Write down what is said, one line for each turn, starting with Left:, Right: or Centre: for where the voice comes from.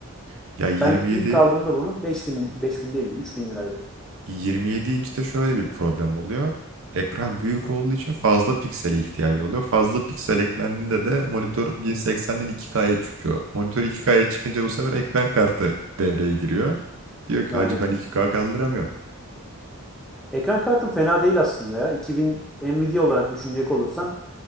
Right: <laughs> Ya 27
Centre: Ben ilk aldığımda bunu 5000 5000 değildi 3000 liraydı.
Right: 27 inçte şöyle bir problem oluyor. Ekran büyük olduğu için fazla piksele ihtiyacı oluyor. Fazla piksel eklendiğinde de monitör 1080'den 2K'ya çıkıyor. Monitör 2K'ya çıkınca bu sefer ekran kartı devreye giriyor. Diyor ki
Centre: Aynen.
Right: hacı ben 2K kaldıramıyorum.
Centre: Ekran kartım fena değil aslında ya. 2000 Nvidia olarak düşünecek olursan